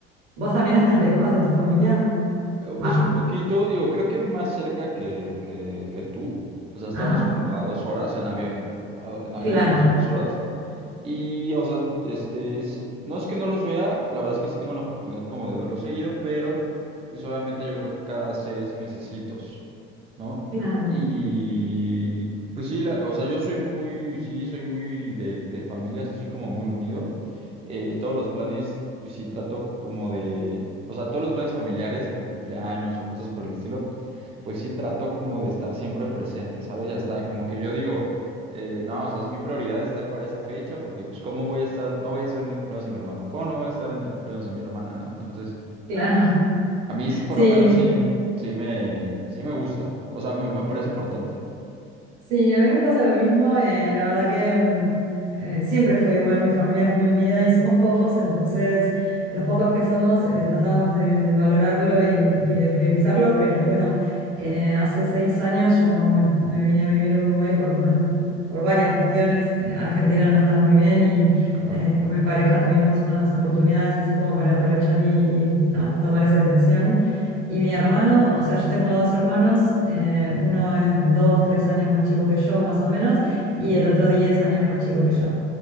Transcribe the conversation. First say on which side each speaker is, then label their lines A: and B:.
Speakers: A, on the right; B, on the right.
A: ¿Vos también estás lejos de tu familia?
B: Eh, Pues
A: Va.
B: un poquito, digo, creo que más cerca que, que, que tú. O sea, estamos
A: Ajá,
B: como a dos horas en avión. Eh, a- En avión
A: claro,
B: estamos a dos horas. Y, o sea, este, s- no es que no los vea, la verdad es que sí tengo la oportunidad como de verlos seguido, pero pues obviamente yo creo que cada seis mesecitos, ¿no?
A: claro,
B: Y pues sí, la- o sea, yo soy muy, sí, soy muy de, de familia, sí soy como muy unido. Eh, todos los planes, pues sí trato como de, o sea, todos los planes familiares de que cumpleaños o cosas por el estilo, pues sí trato como de estar siempre presente, ¿sabes? Ya está, como que yo digo... Eh, no, o sea, es mi prioridad estar para esa fecha porque, pues, ¿cómo voy a estar? No voy a estar en el cumpleaños de mi hermano. ¿Cómo no voy a estar en el cumpleaños de mi hermana, no? Entonces,
A: claro.
B: a mí sí, por
A: Sí.
B: lo menos sí, sí me, sí me gusta. O sea, me, me parece importante.
A: Sí, a mí me pasa lo mismo. eh, la verdad que mm, eh, siempre fue igual, mi familia es muy unida y somos pocos, entonces los pocos que somos eh, tratamos de, de valorarlo y, y de priorizarlo, pero bueno, eh, hace seis años yo me, me vine a vivir a Uruguay por unas, por varias cuestiones. eh, Argentina no está muy bien y
B: Claro.
A: eh, con mi pareja tuvimos unas oportunidades así como para aprovechar y, y, ah, tomar esa decisión. Y mi hermano, o sea, yo tengo dos hermanos, eh, uno es dos, tres años más chico que yo, más o menos, y el otro diez años más chico que yo.